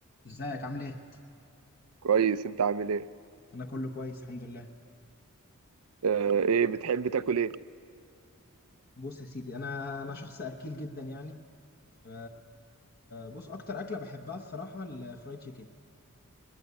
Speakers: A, on the left; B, on the right.
A: ازيك عامل ايه؟
B: كويس انت عامل ايه
A: انا كله كويس الحمد لله
B: آه ايه بتحب تاكل ايه
A: بص يا سيدي انا انا شخص اكيل جدا يعني ف بص اكتر اكله بحبها الصراحه الفرايد تشيكن